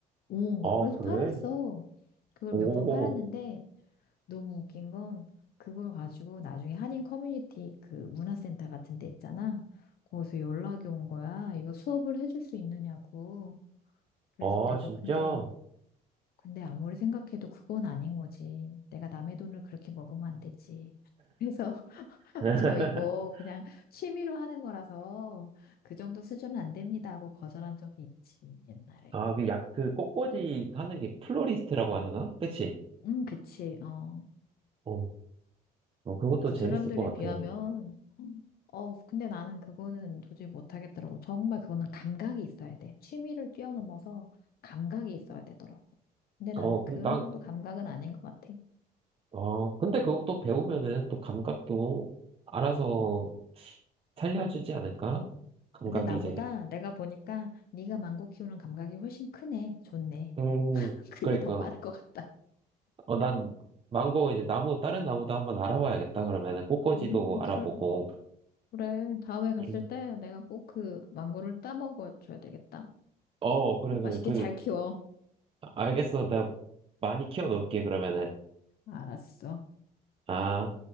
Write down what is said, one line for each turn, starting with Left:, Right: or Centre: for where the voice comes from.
Left: 오
Right: 아,
Left: 그래서
Right: 그래?
Left: 팔았어 그걸
Right: 오,
Left: 몇 번 팔았는데 너무 웃긴 건 그걸 가지고 나중에 한인 커뮤니티 그 문화센터 같은 데 있잖아. 거기서 연락이 온 거야. 이거 수업을 해줄 수 있느냐고. 그래서
Right: 아,
Left: 내가
Right: 진짜?
Left: 근데 근데 아무리 생각해도 그건 아닌 거지. 내가 남의 돈을 그렇게 먹으면 안 되지. <laughs> 그래서 <laughs>
Right: <laughs>
Left: 저 이거 그냥 취미로 하는 거라서 그 정도 수준은 안 됩니다 하고 거절한 적이 있지, 옛날에.
Right: 아, 그 약, 그 꽃꽂이 하는 게 플로리스트라고 하나? 그치?
Left: 음, 그치. 어.
Right: 어, 어, 그것도
Left: 그
Right: 재밌을
Left: 사람들에
Right: 것 같아.
Left: 비하면, 어, 근데 나는 그거는 도저히 못하겠더라고. 정말 그거는 감각이 있어야 돼. 취미를 뛰어넘어서 감각이 있어야 되더라고. 근데 나는
Right: 어, 근데
Left: 그런
Right: 난,
Left: 정도 감각은 아닌 것 같아.
Right: 어, 근데 그것도 배우면은 또 감각도 알아서 살려주지 않을까? 감각이
Left: 근데 나보다
Right: 이제,
Left: 내가 보니까 네가 망고 키우는 감각이 훨씬 크네. 좋네.
Right: 음,
Left: <laughs> 그게
Right: 그러니까.
Left: 더 빠를 것 같다.
Right: 어, 난 망고 이제 나무 다른 나무도 한번 알아봐야겠다. 그러면은 꽃꽂이도
Left: 음,
Right: 알아보고.
Left: 그, 그래. 다음에 갔을
Right: 음.
Left: 때 내가 꼭 그 망고를 따먹어 줘야 되겠다.
Right: 어, 그래 그래.
Left: 맛있게
Right: 그
Left: 잘 키워.
Right: 알겠어. 내가 많이 키워 놓을게 그러면은.
Left: 알았어.
Right: 아.